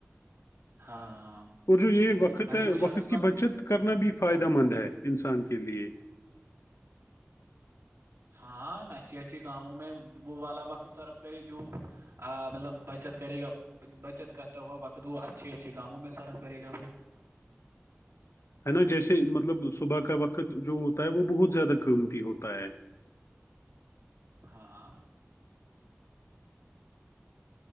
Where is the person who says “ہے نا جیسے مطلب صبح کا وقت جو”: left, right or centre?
Left